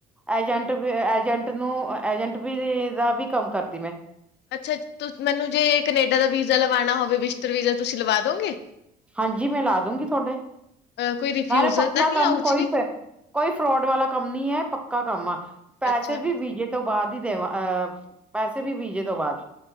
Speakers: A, in the centre; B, on the left (about 55°).
A: ਐਜੰਟ ਵੀ ਐਜੰਟ ਨੂੰ ਐਜੰਟ ਵੀ ਵੀ ਦਾ ਵੀ ਕੰਮ ਕਰਦੀ ਮੈਂ
B: ਅੱਛਾ ਤੁਸ ਮੈਨੂੰ ਜੇ ਕਨੇਡਾ ਦਾ ਵੀਜ਼ਾ ਲਵਾਣਾ ਹੋਵੇ ਵਿਸ਼ਟਰ ਵੀਜ਼ਾ ਤੁਸੀ ਲਵਾ ਦੋਂਗੇ?
A: ਹਾਂਜੀ ਮੈਂ ਲਾ ਦੂਗੀ ਥੂਆਡੇ,
B: ਅ ਕੋਈ ਰਿਫਿਊਜਲ
A: ਨਾਲੇ ਪੱਕਾ
B: ਤਾਂ ਨਹੀਂ
A: ਕੰਮ
B: ਆਊ
A: ਕੋਈ
B: ਜੀ
A: ਫੇਰ ਕੋਈ ਫਰੋਡ ਵਾਲਾ ਕੰਮ ਨੀ ਹੈ। ਪੱਕਾ ਕੰਮ ਆ, ਪੈਸੇ
B: ਅੱਛਾ
A: ਵੀ ਵੀਜੇ ਤੋਂ ਬਾਦ ਹੀ ਦੇਵਾਂ ਅ ਪੈਸੇ ਵੀ ਵੀਜੇ ਤੋਂ ਬਾਦ